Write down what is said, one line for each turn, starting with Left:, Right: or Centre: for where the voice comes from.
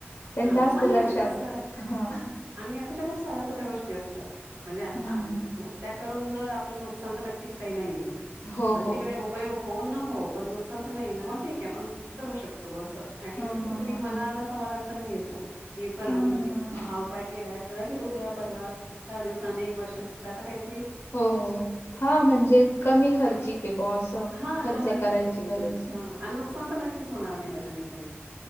Left: त्यांच
Right: हा
Left: असत
Right: चांगलं
Left: लक्षात
Right: आहे, ना कसं
Left: हा
Right: आणि या कशा खूप साध्या साध्या गोष्टी असतात, म्हणजे
Left: हम्म
Right: अ <unintelligible> जर आपल्या नुकसान तर नक्कीच काही नाहीये,
Left: हो
Right: भले
Left: हो
Right: तिकडे उपयोग हो ना हो, पण नुकसान तर नाही ना मग ठीक आहे. आपण करू शकतो बस. अऍटलीस्ट
Left: हा
Right: कुठे
Left: हा
Right: तरी,
Left: हा
Right: मनाला
Left: हा
Right: समाधान मिळतं की चला,
Left: हा हा
Right: मी हे केलं-केलायं कदाचित उद्या परवा चार दिवसाने <unintelligible> त्याच काही
Left: हो हो हो, हा म्हणजे कमी खर्च के ब, असं
Right: हा
Left: खर्च
Right: कमी
Left: करायची
Right: खर्चिक
Left: गर.
Right: हा आणि नुकसान तर नक्कीच होणार नाही त्याच्याने काहीच